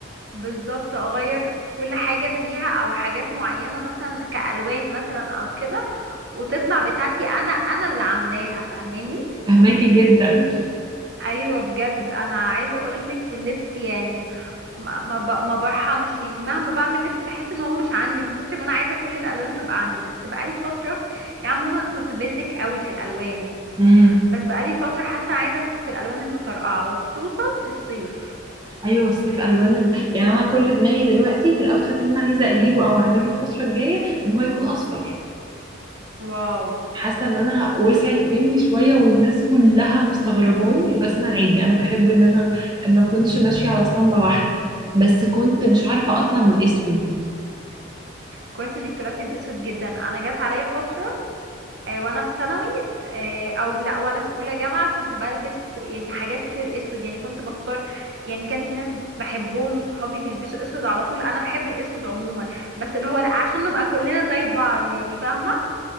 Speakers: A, on the right; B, on the right.
A: بالظبط أغير كل حاجة فيها أو حاجات معينة مثلا كألوان مثلا أو كده وتطلع بتاعتي أنا أنا اللي عاملاها فاهماني
B: فهماكي جدا
A: ايوه بجد انا عايزه اقولك في اللبس يعني ما ما ب- ما برحمش يعني مهما بعمل لبس بحس ان هو مش عندي من كتر ما انا عايزه كل الالوان تبقى عندي بس بقالي فتره يعني عموما انا كنت بيزك قوي في الالوان
B: امم
A: بس بقالي فتره حاسه عايزه ادخل في الالوان المطرقعه وخصوصا في الصيف
B: ايوه الصيف الوان ال- يعني انا كل دماغي دلوقتي في الاوتفيت اللي انا عايزه اجيبه او اعمله الفتره الجايه ان هو يكون اصفر
A: واو
B: حاسه ان انا وسعت مني شويه والناس كلها مستغرباني بس انا عادي انا بحب ان انا ما اكونش ماشيه على اسطمبه واحده بس كنت مش عارفه اطلع من الاسود
A: كويس انك طلعتي من اسود جدا انا جت عليا فتره آه، وانا في ثانوي آه، او لا وانا في اولى جامعه كنت بلبس كو- يعني حاجات كتير اسود يعني كنت بختار يعني كان في ناس بحبهم صحابي بيلبسوا اسود على طول انا بحب الاسود عموما بس اللي هو لا عشان نبقى كلنا زي بعض يعني فاهمه